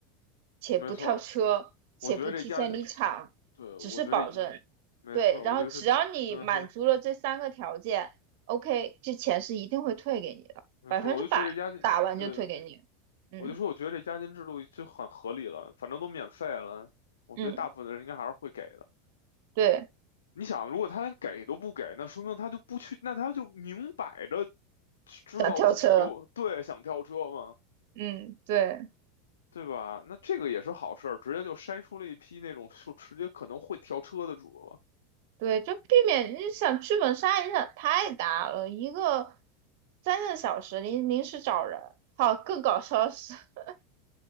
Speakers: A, on the right; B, on the left.
A: 且不跳车，
B: 没错儿
A: 且不提前离场，
B: 我觉得这压，对，我觉得这一，
A: 只是保证。
B: 没错儿我觉得这，
A: 对，然后只要你满足了这三个条件，OK，
B: 嗯哼，
A: 这钱是一定会退给你的，
B: 没错儿我就觉得这压，
A: 百分之百打完就退给你。
B: 对的。
A: 嗯。
B: 我就说，我觉得这押金制度就很合理了，反正都免费了，我觉得大部分的人应该还是会给的。
A: 嗯，对，
B: 你想，如果他连给都不给，那说明他就不去，那他就明摆着知道自己有，
A: 想跳车，
B: 对，想跳车嘛，
A: 嗯，对
B: 对吧？那这个也是好事儿，直接就筛出了一批那种就直接可能会跳车的主了。
A: 对，就避免你想剧本杀影响太大了，一个三个小时临临时找人，好，更搞笑的是 <laughs>